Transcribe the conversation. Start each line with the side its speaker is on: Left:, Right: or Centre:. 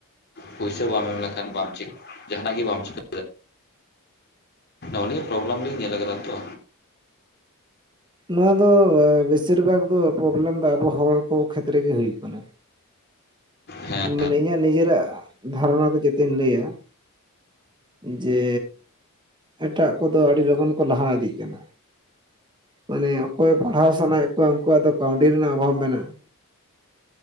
Left: ᱯᱩᱭᱥᱟᱹ ᱵᱟᱢ ᱮᱢ ᱞᱮᱠᱷᱟᱱ ᱵᱟᱢ ᱪᱤᱫᱟ ᱡᱟᱦᱟᱱᱟᱜ ᱜᱮ ᱵᱟᱢ ᱪᱤᱠᱟᱹ ᱚᱸᱰᱮ ᱜᱮ ᱯᱨᱚᱵᱽᱞᱮᱢ ᱫᱚᱧ ᱧᱮᱞ ᱠᱟᱫᱟ ᱛᱚ
Right: ᱱᱚᱣᱟ ᱫᱚ ᱮ ᱵᱮᱥᱤᱨ ᱵᱷᱟᱜᱽ ᱫᱚ ᱯᱨᱚᱵᱽᱞᱮᱢ ᱫᱚ ᱟᱵᱚ ᱦᱚᱲ ᱠᱚ ᱠᱷᱮᱛ ᱨᱮᱜᱮ ᱦᱩᱭᱩᱜ ᱠᱟᱱᱟ
Left: ᱦᱮᱸ
Right: ᱢᱟᱱᱮ ᱤᱧᱟᱜ ᱱᱤᱡᱮᱨᱟᱜ ᱫᱷᱟᱨᱚᱱᱟ ᱫᱚ ᱡᱮᱛᱮᱧ ᱞᱟᱹᱭᱟ ᱡᱮ ᱮᱴᱟᱜ ᱠᱚᱫᱚ ᱟᱹᱰᱤ ᱞᱚᱜᱚᱱ ᱠᱚ ᱞᱟᱦᱟ ᱤᱫᱤᱜ ᱠᱟᱱᱟ ᱢᱟᱱᱮ ᱚᱠᱚᱭ ᱯᱟᱲᱦᱟᱣ ᱥᱟᱱᱟᱭᱮᱫ ᱠᱚᱣᱟ ᱩᱝᱠᱩᱣᱟᱜ ᱫᱚ ᱠᱟᱹᱣᱰᱤ ᱨᱮᱱᱟᱜ ᱚᱵᱷᱟᱵᱽ ᱢᱮᱱᱟᱜᱼᱟ᱾